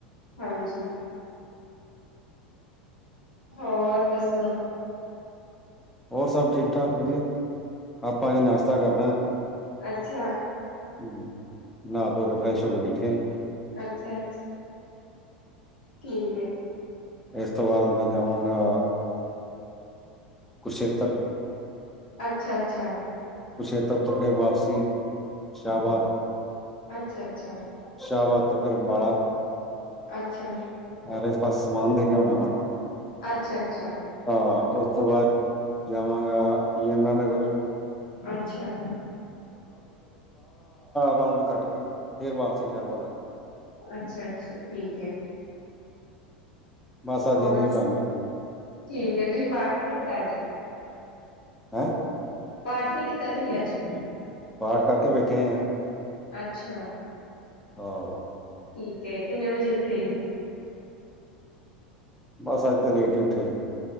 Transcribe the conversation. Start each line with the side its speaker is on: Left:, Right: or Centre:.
Left: ਹਾਂਜੀ। ਹੋਰ ਦੱਸੋ?
Centre: ਹੋਰ ਸਭ ਠੀਕ ਠਾਕ ਵਧੀਆ? ਆਪਾਂ ਹਜੇ ਨਾਸ਼ਤਾ ਕਰਨਾ।
Left: ਅੱਛਾ।
Centre: ਹਮ, ਨਾ ਧੋ ਕੇ ਫਰੈਸ਼ ਹੋ ਕੇ ਬੈਠੇ ਆ।
Left: ਅੱਛਾ-ਅੱਛਾ ਠੀਕ ਹੈ।
Centre: ਇਸ ਤੋਂ ਬਾਅਦ ਮੈਂ ਜਾਵਾਂਗਾ ਕੁਰਸ਼ੇੱਤਰ।
Left: ਅੱਛਾ-ਅੱਛਾ।
Centre: ਕੁਰਸ਼ੇਤਰ ਤੋਂ ਫੇਰ ਵਾਪਸੀ ਸ਼ਾਹਬਾਦ।
Left: ਅੱਛਾ-ਅੱਛਾ।
Centre: ਸ਼ਾਹਾਬਾਦ ਤੋਂ ਫਿਰ ਅੰਬਾਲਾ।
Left: ਅੱਛਾ
Centre: ਯਾਰ ਇਸ ਪਾਸ ਸਮਾਨ ਦੇ ਗਿਆ ਹੋਣਾ ਨਾ।
Left: ਅੱਛਾ। ਅੱਛਾ
Centre: ਹਾਂ ਉਸ ਤੋਂ ਬਾਅਦ ਜਾਵਾਂਗਾ ਯਮੁਨਾਨਗਰ।
Left: ਅੱਛਾ।
Centre: ਰਾਉਂਡ ਕੱਟ ਕੇ ਫੇਰ ਵਾਪਸੀ ਸ਼ਾਹਾਬਾਦ।
Left: ਅੱਛਾ-ਅੱਛਾ ਠੀਕ ਹੈ।
Centre: ਬਸ
Left: ਹੋਰ,
Centre: ਅੱਜ ਇੰਨਾ ਹੀ ਕੰਮ ਐ।
Left: ਠੀਕ ਆ ਤੁਸੀਂ ਪਾਠ ਨਹੀਂ ਕੀਤਾ ਅੱਜ?
Centre: ਹੈਂ।
Left: ਪਾਠ ਨੀ ਕੀਤਾ ਤੁਸੀਂ ਅੱਜ?
Centre: ਪਾਠ ਕਰਕੇ ਬੈਠੇ ਆ।
Left: ਅੱਛਾ।
Centre: ਆਹੋ।
Left: ਠੀਕ ਏ, ਕਿੰਨੇ ਵਜੇ ਉੱਠੇ?
Centre: ਬਸ ਅੱਜ ਤੇ ਲੇਟ ਹੀ ਉੱਠੇ।